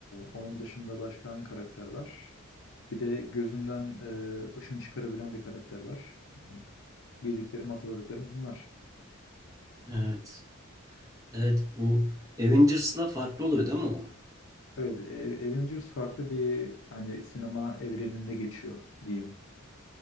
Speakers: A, on the left (about 65°); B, on the right (about 15°).
A: onun dışında başka hangi karakter var? Bir de gözünden e, ışın çıkarabilen bir karakter var. Yani bildiklerim, hatırladıklarım bunlar.
B: Evet. Evet bu Avengers'la farklı oluyor değil mi o?
A: Evet, e, Avengers farklı bir hani sinema evreninde geçiyor diyeyim.